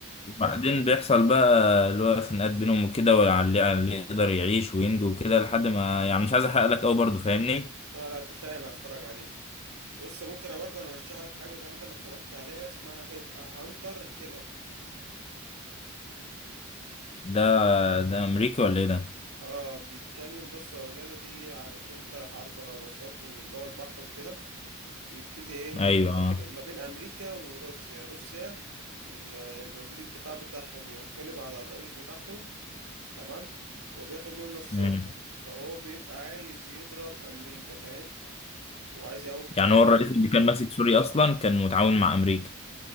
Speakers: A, on the left; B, on the right.
A: وبعدين بيحصل بقى اللي هو خناقات بينهم وكده واللي اللي يقدر يعيش وينجو وكده لحد ما يعني مش عايز أحرق لك أوي برضه فاهمني؟
B: اه لا كفايه انا هتفرج عليه بص ممكن أنا برضه انا ارشح لك حاجه جامده انا اتفرجت عليها اسمها هانتر كيلر
A: ده ده امريكي ولا ايه ده
B: اه بيتكلم بص هو جامد ايه عارف انت حرب غواصات واللي هو البحر وكده بيبتدي ايه ان
A: ايوه اه
B: ال- ما بين امريكا وروسيا روسيا ال- الوزير الدفاع بتاعها بينقلب على الرئيس بتاعهم تمام وبياخد منه السلطة
A: مم.
B: فهو بيبقى عايز يضرب امريكا فاهم وعايز يقوم حرب
A: يعني هو
B: عالمية
A: الرئيس اللي كان ماسك سوريا اصلا كان متعاون مع امريكا